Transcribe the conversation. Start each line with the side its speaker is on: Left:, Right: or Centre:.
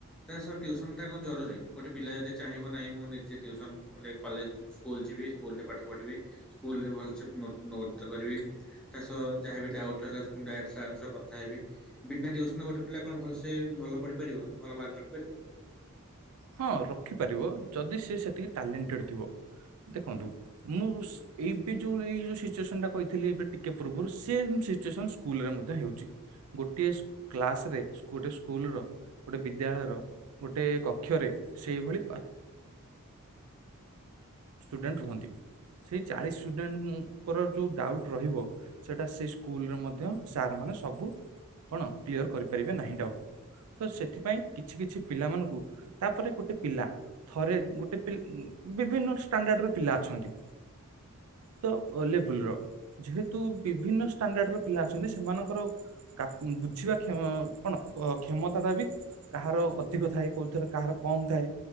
Centre: ତା ସହ ଟ୍ୟୁସନ ଟା କଣ ଜରୁରୀ ଗୋଟେ ପିଲା ଯଦି ଚାହିଁବ ନାହିଁ ମୁଁ ନିଜେ ଟ୍ୟୁସନ ବଲେ କଲେଜ ସ୍କୁଲ ଯିବି ସ୍କୁଲ୍ ରେ ପାଠ ପଢିବି ସ୍କୁଲ୍ ରେ ଭଲସେ ନୋ ନୋଟ୍ ଟେ କରିବି ତା ସହ ଯାହାବି ଡାଉଟ ଥି ମୁ ଙ୍କ ସହ କଥା ହେବି ବିନା ଟିଉସନ ଗୋଟେ ପିଲା କଣ ଭଲସେ ଭଲ ପଢି ପାରିବନି ଭଲ ମାର୍କ ରଖିପାରିନି? <inaudible>
Right: ହଁ ରଖିପାରିବ ଯଦି ସେ ସେତିକି ଟ୍ୟାଲେଣ୍ଟେଡ଼ ଥିବ ଦେଖନ୍ତୁ ମୁଁ ସ୍ ଏବେ ଯୋଉ ଏଇ ଯୋଉ ସିଚୁଏସନ ଟା କହିଥିଲି ଏବେ ଟିକେ ପୂର୍ବରୁ ସେଏମ୍ ସିଚୁଏନ ସ୍କୁଲ୍ ରେ ମ ମଧ୍ୟ ହେଉଛି। ଗୋଟିଏ କ୍ଲାସ ରେ ଗୋଟେ ସ୍କୁଲ ର ଗୋଟେ ବିଦ୍ୟାଳୟର ଗୋଟେ କ କକ୍ଷରେ ସେଇଭଳି ପା ଷ୍ଟୁଡେଣ୍ଟ ରୁହନ୍ତି। ସେଇ ଚାଳିଶ ଷ୍ଟୁଡେଣ୍ଟଙ୍କର ଯୋଉ ଡାଉଟ ରହିବ ସେଟା ସେଇ ସ୍କୁଲରେ ମଧ୍ୟ ସାର ମାନେ ସବୁ କଣ କ୍ଲିୟର କରିପାରିବେ ନାହିଁ ଡାଉଟ୍। ତ ସେଥିପାଇଁ କିଛି କିଛି ପିଲା ମାନଙ୍କୁ ତାପରେ ଗୋଟେ ପିଲା ଥରେ ଗୋଟେ ପି ଉ ବିଭିନ୍ନ ଷ୍ଟାଣ୍ଡାର୍ଡ ପିଲା ଅଛନ୍ତି।
Centre: <inaudible>
Right: ତ ଓ ଲେବୁଲ ର। ଯେହେତୁ ବିଭିନ୍ନ ଷ୍ଟାଣ୍ଡାର୍ଡ ର ପିଲା ଅଛନ୍ତି ସେମାନଙ୍କର କାପା ବୁଝିବା କ୍ଷ କଣ ଅ କ୍ଷମତା ଟା ବି କାହାର ଅଧିକ ଥାଏ କୋଉଥିରେ କାହାର କମ ଥାଏ